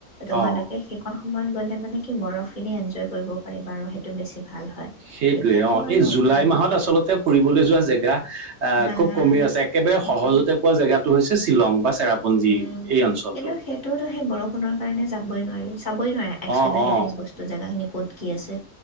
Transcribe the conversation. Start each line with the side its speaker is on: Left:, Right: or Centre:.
Left: তোমালোকে
Right: অ
Left: সেইখন সময়ত গ'লে মানে কি বৰফ খিনি এনজয় কৰিব পাৰিবা আৰু সেইটো বেছি। ভাল হয়
Right: সেইটয়ে
Left: এতিয়াতো
Right: অ
Left: আৰু
Right: এই জুলাই
Left: উম,
Right: মাহত আচলতে ফুৰিবলৈ যোৱা জেগা আহ
Left: নাই
Right: খুব কমি আছে একেবাৰে
Left: নাই
Right: সহজতে পোৱা জেগাটো হৈছে শ্বিলং বা চেৰাপুঞ্জী
Left: উম
Right: এই অঞ্চলটো
Left: কিন্তু সেইটোতো সেই বৰষুণৰ কাৰণে যাবই নোৱাৰি চাবই নোৱাৰে একসুৱেলি
Right: অ
Left: সেইখিনি
Right: অ
Left: বস্তু জেগাখিনি ক'ত কি আছে।